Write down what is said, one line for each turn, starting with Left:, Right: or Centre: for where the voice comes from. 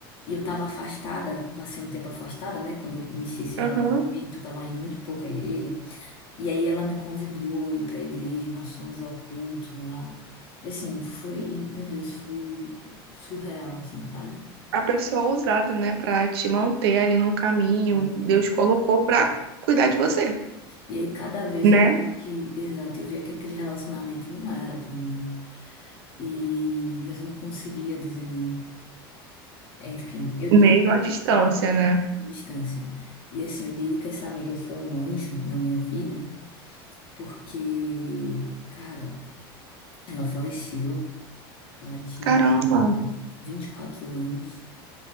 Left: E eu estava afastada, passei um tempo afastada, né? Quando eu iniciei esse
Right: Aham.
Left: relacionamento, eu estava indo muito pouco à igreja. E aí ela me convidou a ir para a igreja, nós fomos ao culto lá. E assim, foi, meu Deus, foi surreal, assim, sabe?
Right: A pessoa ousada, né, pra te manter ali no caminho,
Left: Exato.
Right: Deus colocou pra cuidar de você.
Left: E aí cada vez
Right: né?
Left: eu vi que, exato, eu via que aquele relacionamento não era para mim. E mas eu não conseguia dizer não. É, Enfim, eu
Right: Mesmo
Left: digo
Right: à distância, né?
Left: distância. E assim, eu digo que essa amiga foi um anjo na minha vida, porque, cara, ela faleceu, ela tinha
Right: Caramba,
Left: 24 anos,